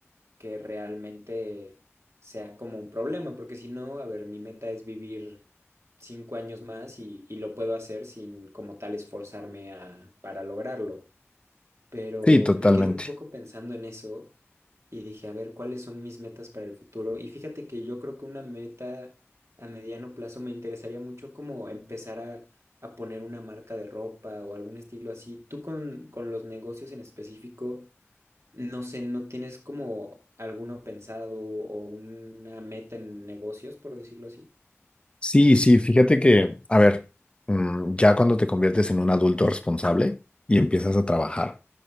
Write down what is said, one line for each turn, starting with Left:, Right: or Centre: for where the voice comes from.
Right: que realmente sea como un problema, porque si no, a ver, mi meta es vivir cinco años más y, y lo puedo hacer sin como tal esforzarme a, para lograrlo pero
Left: Sí, totalmente.
Right: me quedé un poco pensando en eso y dije, a ver, ¿cuáles son mis metas para el futuro? Y fíjate que yo creo que una meta a mediano plazo me interesaría mucho como empezar a, a poner una marca de ropa o algún estilo así. Tú con, con los negocios en específico, no sé, ¿no tienes como alguno pensado o una meta en negocios, por decirlo así?
Left: Sí, sí, fíjate que, a ver, mm, ya cuando te conviertes en un adulto responsable y empiezas a trabajar.